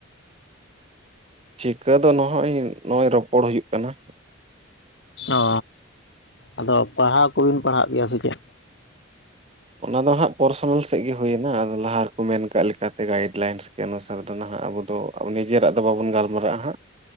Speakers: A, on the right (about 30°); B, on the left (about 60°).
A: ᱪᱤᱠᱟᱹ ᱫᱚ ᱱᱚᱜᱼᱚᱭ ᱱᱚᱜᱼᱚᱭ ᱨᱚᱯᱚᱲ ᱦᱩᱭᱩᱜ ᱠᱟᱱᱟ
B: ᱚ ᱟᱫᱚ ᱯᱟᱲᱦᱟᱣ ᱠᱚᱵᱤᱱ ᱯᱟᱲᱦᱟᱜ ᱜᱮᱭᱟ ᱥᱮ ᱪᱮᱫ
A: ᱚᱱᱟ ᱫᱚ ᱦᱟᱸᱜ ᱯᱟᱨᱥᱚᱱᱟᱞ ᱥᱮᱫ ᱜᱮ ᱦᱩᱭᱱᱟ ᱟᱫᱚ ᱞᱟᱦᱟ ᱨᱮᱠᱚ ᱢᱮᱱ ᱠᱟᱜ ᱞᱮᱠᱟᱛᱮ ᱜᱟᱭᱤᱰ ᱞᱟᱭᱤᱱᱥ ᱪᱠᱮ ᱚᱱᱩᱥᱟᱨ ᱫᱚ ᱱᱟᱦᱟᱜ ᱟᱵᱚ ᱱᱤᱡᱮᱨᱟᱜ ᱫᱚ ᱵᱟᱵᱚᱱ ᱜᱟᱞᱢᱟᱨᱟᱜᱼᱟ ᱦᱟᱸᱜ